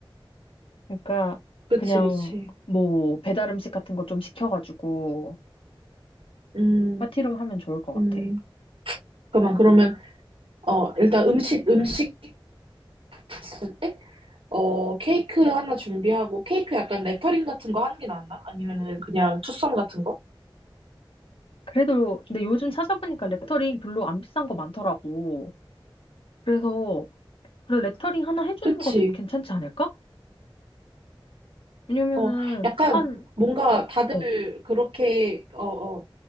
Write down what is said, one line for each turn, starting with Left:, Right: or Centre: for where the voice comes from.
Left: 그러니까
Right: 그치,
Left: 그냥
Right: 그치.
Left: 뭐 배달 음식 같은 거 좀 시켜가지고
Right: 음,
Left: 파티룸 하면 좋을 것 같아.
Right: 음. 그만, 그러면, 어, 일단 음식, 음식 했을 때, 어, 케이크 하나 준비하고, 케이크 약간 레터링 같은 거 하는 게 낫나? 아니면은 그냥 투썸 같은 거?
Left: 그래도 근데 요즘 찾아보니까 레터링 별로 안 비싼 거 많더라고. 그래서 그래 레터링 하나 해주는
Right: 그치.
Left: 거 괜찮지 않을까? 왜냐면은
Right: 어, 약간
Left: 한
Right: 뭔가
Left: 어,
Right: 다들
Left: 어,
Right: 그렇게, 어, 어,